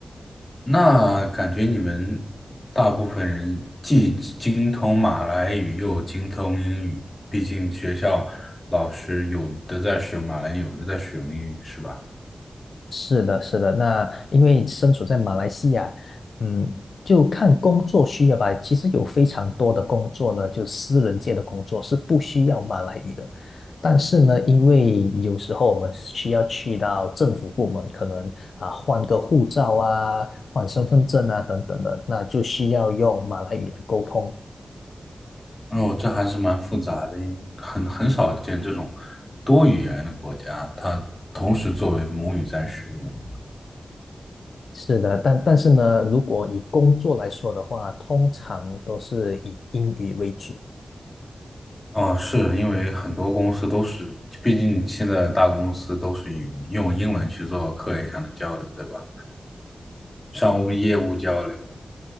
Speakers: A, on the left; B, on the left.
A: 那感觉你们大部分人既精通马来语又精通英语，毕竟学校老师有的在使用马来语，有的在使用英语，是吧？
B: 是的，是的。那因为身处在马来西亚，嗯，就看工作需要吧。其实有非常多的工作呢，就私人界的工作是不需要马来语的。但是呢，因为有时候我们需要去到政府部门，可能啊换个护照啊、换身份证啊等等的，那就需要用马来语来沟通。
A: 哦，这还是蛮复杂的，因为很很少见这种多语言的国家，它同时作为母语在使用。
B: 是的，但但是呢，如果以工作来说的话，通常都是以英语为主。
A: 哦，是因为很多公司都是，毕竟现在大公司都是用用英文去做课业上的交流，对吧？商务业务交流。